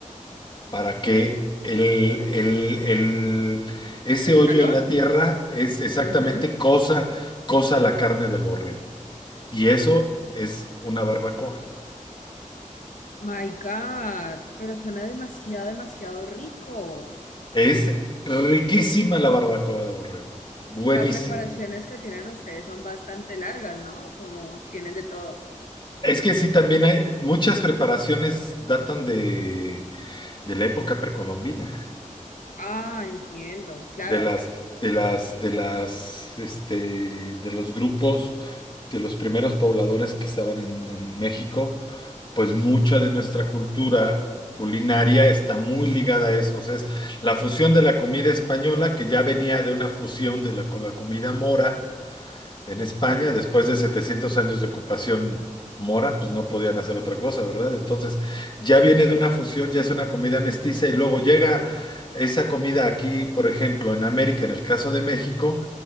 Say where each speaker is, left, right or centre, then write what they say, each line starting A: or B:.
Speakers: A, on the left (about 35°); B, on the left (about 80°).
A: para que el, el- el- ese
B: el
A: hoyo
B: calor.
A: en la tierra es exactamente
B: ujú.
A: cosa, cosa la carne del borrego. Y
B: Mm,
A: eso es una barbacoa.
B: My God, pero suena demasiado, demasiado rico.
A: Es riquísima la barbacoa de borrego. Buenísimo.
B: Las preparaciones que tienen ustedes son bastante largas, ¿no? Como tienen de todo.
A: Es que sí, también hay muchas preparaciones datan de, de la época precolombina.
B: Ah, entiendo, claro.
A: de las, de las, de las, este, de los grupos, de los primeros pobladores que estaban en, en México, pues mucha de nuestra cultura culinaria está muy ligada a eso. O sea, es la fusión de la comida española, que ya venía de una fusión de la, con la comida mora en
B: Ujú.
A: España, después de 700 años de ocupación mora, pues no podían hacer otra cosa, ¿verdad? Entonces, ya viene de una fusión, ya es una comida mestiza y luego llega esa comida aquí, por ejemplo, en América, en el caso de México,